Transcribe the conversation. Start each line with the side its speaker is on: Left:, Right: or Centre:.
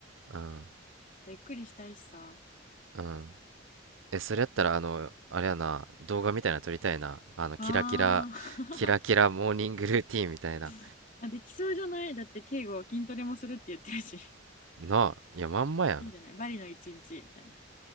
Right: うん。
Left: ゆっくりしたいしさ。
Right: うん。え、それやったら、あの、あれやな、動画みたいなの撮りたいな。あの、
Left: あー
Right: キラキラ、キラキラモーニングルーティンみたいな。
Left: <laughs> あ、できそうじゃないだって敬語筋トレもするって言ってるし。<laughs>
Right: なあ、いや、まんまやん。
Left: いいんじゃないバリの一日みたいな。